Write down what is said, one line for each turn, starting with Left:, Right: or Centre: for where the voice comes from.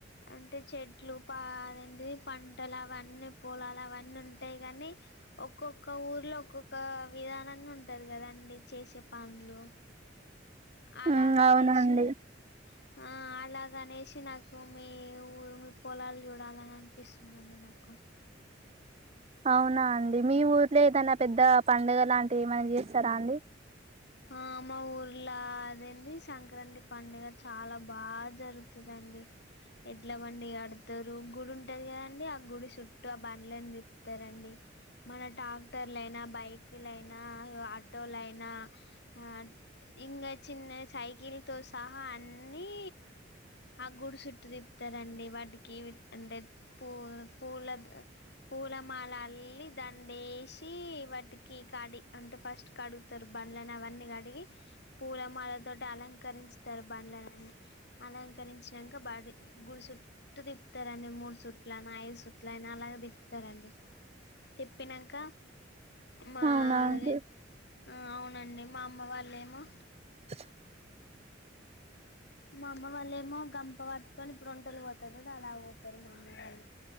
Left: అంటే చెట్లు పా అదేంటీ పంటలు అవన్నీ పొలాలు అవన్నీ ఉంటాయి కానీ ఒక్కొక్క ఊర్లో ఒక్కొక్క విధానంగా ఉంటది కదండి చేసే పన్లు అలాగ
Right: ఉమ్ అవునండి
Left: అనేసి ఆ అలాగనేసి నాకు మీ ఊరు మీ పొలాలు చూడాలని అనిపిస్తుందండి, నాకు
Right: అవునా అండి మీ ఊర్లో ఏదైనా పెద్ద పండుగ లాంటివి ఏమైనా చేస్తారా అండి
Left: ఆ మా ఊర్లో అదేండి సంక్రాంతి పండుగ చాలా బాగా జరుగుతదండి, ఎడ్లబండి కాడతారు గుడి ఉంటది కదాండి ఆ గుడి చుట్టూ ఆ బండ్లని తిప్పుతారండి, మళ్ల ట్రాక్టర్లయినా, బైక్లయినా ఆటోలైనా ఆ ఇగా చిన్న సైకిల్ తో సహా అన్ని ఆ గుడి చుట్టు తిప్తారండి వాటికి అంటే పొ పూల పూలమాల అల్లి దండేసి వాటికి కడి అంటే ఫస్ట్ కడుగుతారు, బండ్లలను అవన్నీ కడిగి పూల మాల తోటి అలంకరించుతారు బండ్లనాన్ని అలంకరించినాక బయట గుడి సు చుట్టటు తిప్పుతారండి మూడు చుట్ల అన్ని ఐదు చుట్ల అయినా అలాగా తిపుతారండి తిప్పినాక మాది,
Right: అవునా అండి
Left: ఆ అవునండి మా అమ్మ వాళ్ళేమో
Right: <unintelligible>
Left: మా అమ్మ వాళ్ళ ఏమో గంప పటుకొన్ని ఇప్పుడు వంటలు పోత పెద్దడు అలా పోతారు మా అమ్మ వాళ్ళు